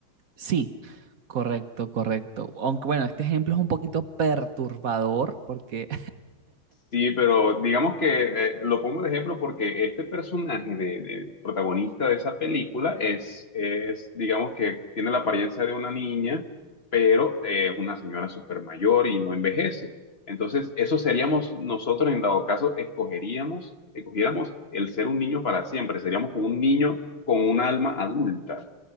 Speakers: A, on the right; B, on the left.
A: Sí, correcto, correcto. Aunque bueno, este ejemplo es un poquito perturbador porque
B: Sí, pero digamos que eh, lo pongo de ejemplo porque este personaje de, de protagonista de esa película es, es, digamos que tiene la apariencia de una niña, pero eh, es una señora súper mayor y no envejece. Entonces, eso seríamos nosotros en dado caso, escogeríamos, escogiéramos el ser un niño para siempre, seríamos como un niño con un alma adulta.